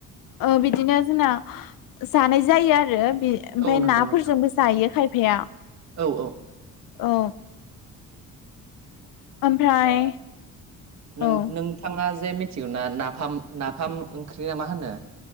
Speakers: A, on the left; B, on the right.
A: ओ बिदिनो जोंना जानाय जायो आरो बे
B: औ
A: ओमफाय
B: औ नंगौ
A: नाफोरजोंबो
B: नोंथां
A: जायो खायफाया
B: औ
A: औ। ओमफ्राय
B: ओ नों
A: औ
B: नों नोंथाङा जे मिथिगौ ना नाफाम नाफाम ओंख्रिया मा होनो?